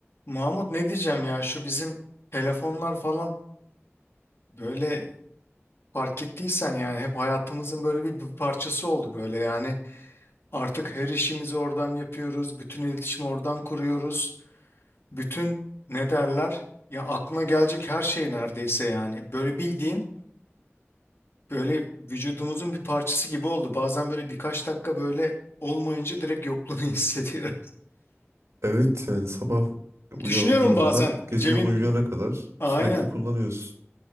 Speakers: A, on the left (about 60°); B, on the right (about 80°).
A: Mahmut ne diyeceğim ya şu bizim telefonlar falan böyle fark ettiysen yani hep hayatımızın böyle bir, bir parçası oldu böyle yani artık her işimizi oradan yapıyoruz bütün iletişimi oradan kuruyoruz bütün ne derler ya aklına gelecek her şey neredeyse yani böyle bildiğin böyle vücudumuzun bir parçası gibi oldu bazen böyle birkaç dakika böyle olmayınca direkt yokluğunu <laughs> hissediyorum
B: Evet yani sabah uyandığında
A: düşünüyorum bazen
B: gece
A: Cem'in
B: uyuyana kadar
A: aynen
B: sürekli kullanıyorsun.